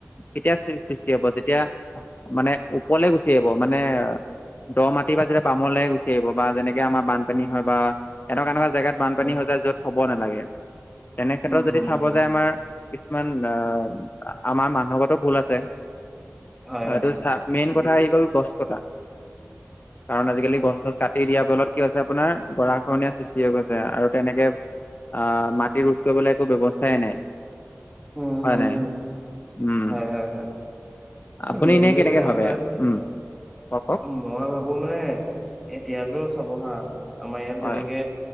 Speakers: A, on the left; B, in the centre.
A: কেতিয়া সৃষ্টি হব যেতিয়া মানে ওপৰলে গুচি আহিব মানে দ মাটি বা যেতিয়া বামলে গুচি আহিব বা যেনেকে আমাৰ বানপানী হয় বা এনেকুৱা এনেকুৱা জেগাত বানপানী
B: উম
A: হৈ যায় যত হ'ব নালাগে তেনেক্ষেত্ৰত
B: উম
A: যদি
B: উম
A: চাওঁ
B: উম
A: যে আমাৰ কিছুমান আ আমাৰ মানুহগাতো ভুল আছে
B: হয়
A: অ
B: হয়
A: এইটো চা মেইন
B: ঠিকে
A: কথা আহি গ'ল গছ কটা কাৰণ আজিকালি
B: অ
A: গছ-চছ কাটি দিয়াৰ ফলত কি হৈছে আপোনাৰ গৰা খহনীয়া সৃষ্টি হৈ গৈছে আৰু তেনেকে আহ মাটি ৰোধ কৰিবলে একো ব্যৱস্থাই নাই
B: উম
A: হয় নাই উম
B: হয় হয় হয়
A: আপুনি
B: মেইনলি
A: এনেই কেনেকে
B: মানে
A: ভাবে,
B: আপোনাৰ
A: উম কওক কওক
B: মই ভাবো মানে এতিয়াতো চাবহা আমাৰ ইয়াত
A: হয়
B: যেনেকে